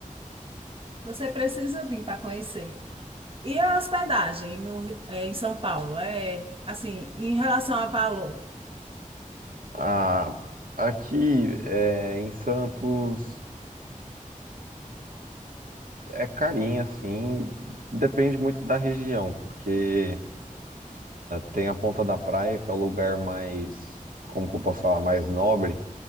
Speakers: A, on the right; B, on the right.
A: você precisa vir para conhecer. E a hospedagem no, eh, em São Paulo é assim, em relação a valor.
B: Ah, aqui é, em Santos é carinho, assim, depende muito da região, porque tem a Ponta da Praia, que é o lugar mais, como que eu posso falar, mais nobre,